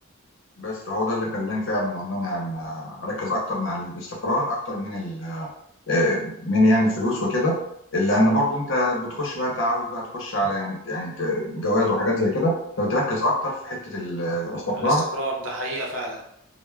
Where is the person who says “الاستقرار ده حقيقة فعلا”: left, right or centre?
Right